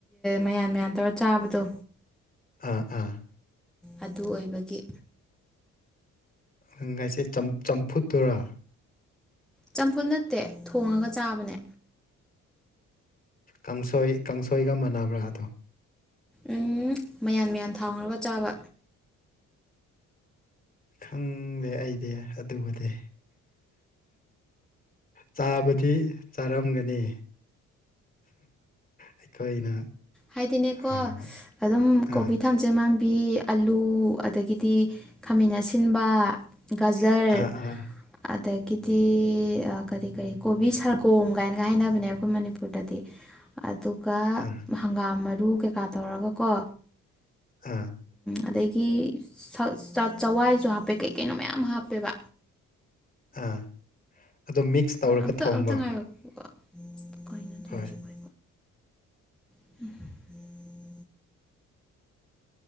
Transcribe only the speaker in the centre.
ꯃꯌꯥꯟ ꯃꯌꯥꯟ ꯇꯧꯔ ꯆꯥꯕꯗꯣ
ꯑꯗꯨ ꯑꯣꯏꯕꯒꯤ
ꯆꯝꯐꯨꯠ ꯅꯠꯇꯦ ꯊꯣꯡꯉꯒ ꯆꯥꯕꯅꯦ
ꯎꯝ ꯃꯌꯥꯟ ꯃꯌꯥꯟ ꯊꯥꯎꯈ꯭ꯔꯒ ꯆꯥꯕ
ꯍꯥꯏꯗꯤꯅꯦꯀꯣ
ꯑꯗꯨꯝ ꯀꯣꯕꯤ
ꯊꯝ ꯆꯃꯥꯟꯕꯤ ꯑꯂꯨ ꯑꯗꯒꯤꯗꯤ ꯈꯥꯃꯦꯟ ꯑꯁꯤꯟꯕ ꯒꯖꯔ
ꯑꯗꯒꯤꯗꯤ ꯀꯔꯤ ꯀꯔꯤ ꯀꯣꯕꯤ ꯁꯥꯒꯣꯝ ꯀꯥꯏꯅꯒ ꯍꯥꯏꯅꯕꯅꯦ ꯑꯩꯈꯣꯏ ꯃꯅꯤꯄꯨꯔꯗꯗꯤ ꯑꯗꯨꯒ
ꯍꯪꯒꯥꯝ ꯃꯔꯨ ꯀꯩꯀꯥ ꯇꯧꯔꯒꯀꯣ
ꯑꯗꯒꯤ <unintelligible> ꯆꯋꯥꯏꯁꯨ ꯍꯥꯞꯄꯦ ꯀꯩ ꯀꯩꯅꯣ ꯃꯌꯥꯝ ꯍꯥꯞꯄꯦꯕ
ꯑꯝꯇ
ꯑꯝꯇ <unintelligible> ꯇꯧꯔꯤꯁꯤꯕꯣ
<inaudible>